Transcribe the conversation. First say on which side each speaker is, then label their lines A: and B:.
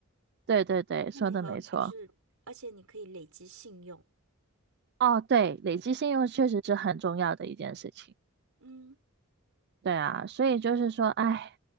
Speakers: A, on the right (about 50°); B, on the right (about 80°).
A: 对对对，
B: 那你和就是，
A: 说的没错。
B: 而且你可以累积信用，
A: 哦，对，累积信用确实是很重要的一件事情。
B: 嗯，
A: 对啊，所以就是说，哎，